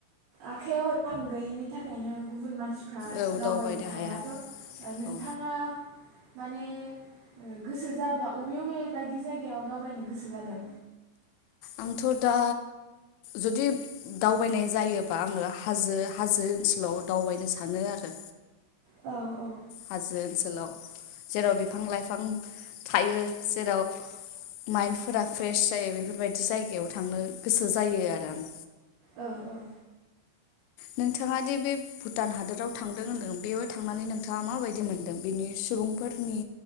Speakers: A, on the right; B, on the left.
A: आखायाव रां गैयिनि थाखायनो गुबुन मान मानसिफ्रा
B: औ
A: दावबायनो हायाथ'
B: हाया
A: ओ नोंथाङा
B: औ
A: माने गोसो जाब्ला अबबे अबबे बायदि जायगायाव दावबायनो गोसो जादों।
B: आंथ' दा जुदि दावबायनाय जायोबा आङो हाजो हाजो ओनसोलाव दावबायनो सानो आरो
A: औ औ
B: हाजो ओनसोलाव जेराव बिफां लाइफां थायो जेराव मायेन्दफोरा फ्रेस जायो बेफोरबायदि जायगायाव थांनो गोसो जायो आरो आं
A: औ औ
B: नोंथाङा दि बे भुटान हादोराव थांदों होनदों बेयाव थांनानै नोंथाङा माबायदि मोनदों बिनि सुबुंफोरनि